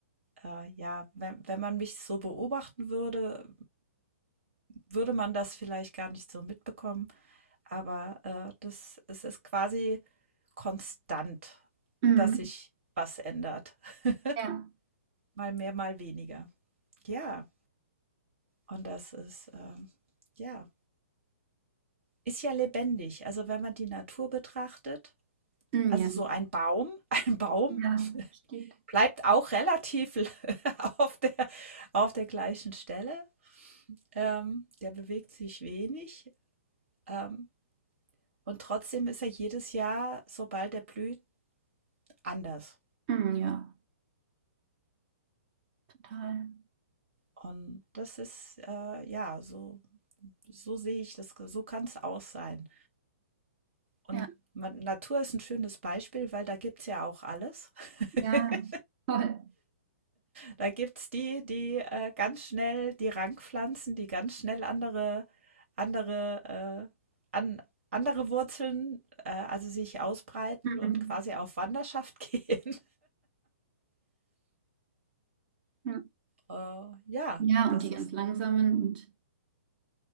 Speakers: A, on the right; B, on the right.
A: äh, ja, wenn, wenn man mich so beobachten würde, würde man das vielleicht gar nicht so mitbekommen. Aber äh, das, es ist quasi konstant,
B: Hm.
A: dass sich was ändert. <laughs>
B: Ja,
A: mal mehr, mal weniger. Ja. Und das ist, ähm, ja, ist ja lebendig. Also wenn man die Natur betrachtet,
B: hm,
A: also
B: ja.
A: so ein Baum, <laughs> ein Baum
B: Ja, steht.
A: bleibt auch relativ <laughs> auf der, auf der gleichen Stelle. Ähm, der bewegt sich wenig. Ähm, und trotzdem ist er jedes Jahr, sobald er blüht, anders.
B: Hm, ja, total.
A: Und das ist, äh, ja, so, so sehe ich das, so kann es auch sein. Und
B: Ja,
A: man, Natur ist ein schönes Beispiel, weil da gibt es ja auch alles. <laughs>
B: ja, toll.
A: Da gibt es die, die äh, ganz schnell die Rankpflanzen, die ganz schnell andere, andere, äh, an, andere Wurzeln, äh, also sich ausbreiten
B: Hm.
A: und quasi auf Wanderschaft <laughs> gehen.
B: hm.
A: Äh, ja,
B: Ja,
A: das
B: und die ganz
A: ist.
B: langsamen und